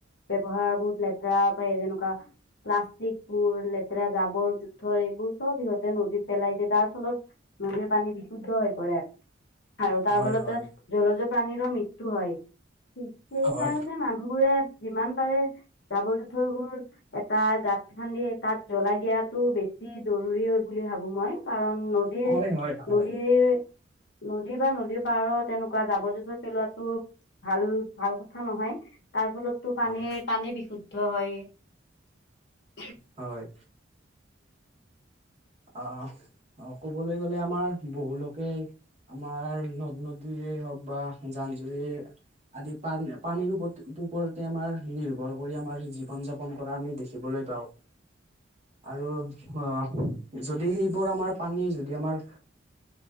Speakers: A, on the left (about 60°); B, on the right (about 35°).
A: ব্যৱহাৰ বহুত লেতেৰা কৈ যেনেকুৱা প্লাষ্টিকবোৰ, লেতেৰা জাবৰ-জোথৰ এইবোৰ চব সিহঁতে নদীত পেলাই দিয়ে তাৰ ফলত নদীৰ পানী বিশুদ্ধ হৈ পৰে। আৰু তাৰ
B: হয়
A: ফলতে
B: হয়
A: জলজ প্ৰাণীৰো মৃত্যু হয়। সেইকাৰণে
B: হয়
A: মানুহবোৰে যিমান পাৰে জাবৰ-জোঁথৰবোৰ এটা গাঁত খান্দি তাত জ্বলাই দিয়াটো বেছি জৰুৰী হয় বুলি ভাবো মই। কাৰণ নদীৰ-নদীৰ
B: হয় হয় হয়।
A: নদী বা নদীৰ পাৰত এনেকুৱা জাবৰ জোথৰ পেলোৱাটো ভাল ভাল কথা নহয়। তাৰ ফলতো পানীৰ
B: হয়।
A: পানী বিশুদ্ধ হয়
B: হয়। অ -অ ক'বলৈ গ'লে আমাৰ বহু লোকে। আমাৰ নদ নদীয়ে হওক বা জান জুৰি। আদি পা পানীৰ ওপ ওপৰতে আমাৰ নিৰ্ভৰ কৰি আমাৰ জীৱন যাপন কৰা আমি দেখিবলৈ পাও।
A: <inaudible>
B: আৰু অ যদি সেইবোৰ আমাৰ পানী যদি আমাৰ